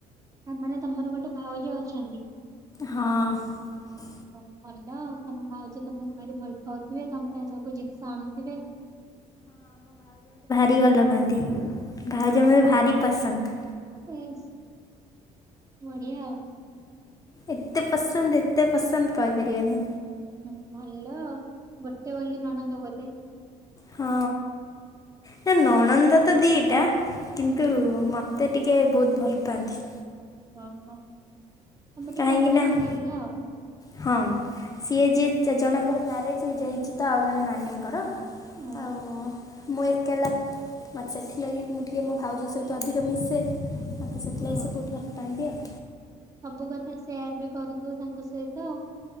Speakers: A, on the right; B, on the left.
A: ଆ ମାନେ ତମର ଗୋଟେ ଭାଉଜ ଅଛନ୍ତି।
B: ହଁ।
A: ହଉ ଭଲ ଆଉ ତମ ଭାଉଜ ତମୁକୁ ଭାରି ଭଲ ପାଉଥିବେ ତମ ପାଇଁ ସବୁ ଜିନଷ ଆଣୁଥିବେ।
B: ରି ଅଲପା ତି ଭାଉଜ ମୋର ଭାରି ପସନ୍ଦ।
A: ଇସ୍ ବଢ଼ିଆ ଆଉ।
B: ଏତେ ପସନ୍ଦ ଏତେ ପସନ୍ଦ କହିପାରିବାନି।
A: ହୁଁ ଭଲ ଆଉ ଗୋଟେ ବୋଲି ନଣନ୍ଦ ବୋଧେ?
B: ହଁ। ନାଁ ନଣନ୍ଦ
A: ସେଇ
B: ତ ଦି ଟା କିନ୍ତୁ
A: ହୁଁ
B: ମତେ ଟିକେ ବୋହୁତ ଭଲ ପାଆନ୍ତି।
A: ଓ ହ। ତମେ ଟିକେ
B: କାହିଁକି
A: ଅଧିକ
B: ନା
A: ଗେହ୍ଲା ଆଉ‌।
B: ହଁ ସିଏ ଯିଏ ଜଣଙ୍କର ମ୍ୟାରେଜ ହେଇଯାଇଚି ତ ଆଉ ଜଣେ ନାନୀଙ୍କର।
A: ଓ
B: ଆଉ
A: ହୋ।
B: ମୁଁ ଏକେଲା ମତେ ସେଥିଲାଗି ମୁଁ ଟି <unintelligible> କିଏ ମୋ ଭାଉଜ ସହିତ ଅଧିକ ମିଶେ। ମୋତ ସେଥିଲାଗି
A: ହଁ
B: ସେ ଭୋଉତ ଭଲ ପାଆନ୍ତି ଆଉ।
A: ସବୁ କଥା ସେୟାର ବି କରୁଥୁବ ତାଙ୍କ ସହିତ ଆଉ।